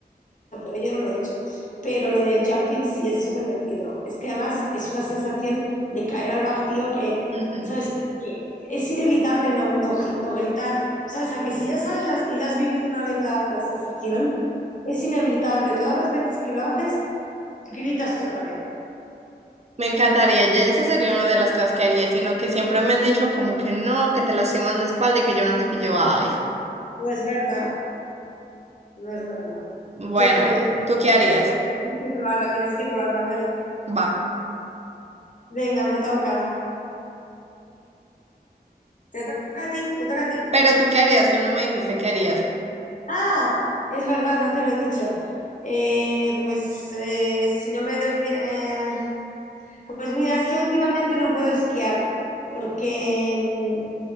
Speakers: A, on the left; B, on the right.
A: pero yo no lo he hecho. Pero lo del jumping sí es súper divertido. Es que además es una sensación de caer al vacío que,
B: Ujú.
A: ¿sabes? Que es inevitable no, no gi- no gritar. ¿Sabes? Aunque si ya sabes las- y la has vivido una vez la, la sensación, es inevitable. Todas las veces que lo haces, gritas otra vez.
B: Me encantaría. Ya esa sería una de las cosas que haría, sino que siempre me han dicho como que no, que te lastimas la espalda y que yo no sé qué yo. Ay.
A: No es verdad, no es verdad.
B: Bueno,
A: Yo te lo
B: eh,
A: digo por
B: ¿tú
A: experiencia.
B: qué harías?
A: Tienes que probarla, tienes que probar, Manuela.
B: Va.
A: Venga, me toca. Te toca a ti, te toca a ti.
B: Pero tú qué harías, tú no me dijiste qué harías.
A: Ah, es verdad, no te lo he dicho. Eh, pues eh, si no me dolía... eh, pues mira, es que últimamente no puedo esquiar porque mm,